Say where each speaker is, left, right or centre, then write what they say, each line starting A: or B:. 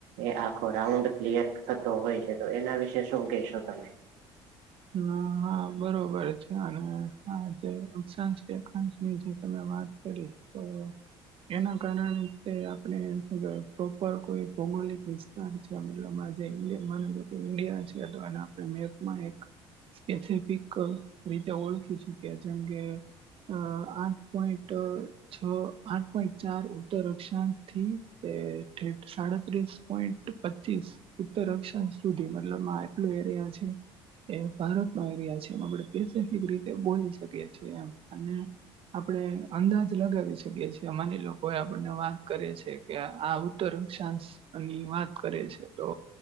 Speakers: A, on the right; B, on the right.
A: એ આખો રાઉન્ડ ક્લિયર થતો હોય છે. તો એના વિશે શું કેહેશો તમે?
B: ન હા બરોબર છે, અને આ જે અક્ષાંશ રેખાંશ ની જે તમે વાત કરી તો એના કારણે તે આપણે શુ કેવાય પ્રોપર કોઈ ભૌગોલિક વિ <unintelligible> ઇન્ડિયા છે, અથવા ના આપડે મેપ માં એક. સ્પેસફિક રીતે ઓળખી શકીએ જેમ કે અ આઠ પોઈન્ટ છ, આઠ પોઈન્ટ ચાર ઉત્તર અક્ષાંક થી એ થેટ સાડત્રીસ પોઈન્ટ પચીસ ઉત્તર અક્ષાંશ સુધી, મતલબ મા એટલું એરિયા છે. એ ભારતનો એરિયા છે, એમાં આપણે પેસફિક રીતે બોલી શકીએ છીએ એમ, અને આપણે અંદાજ લગાવી શકીએ છીએ, અમારી લોકો આપણને વાત કરે છે. કે આ ઉત્તર અક્ષાંશ ની વાત કરે છે તો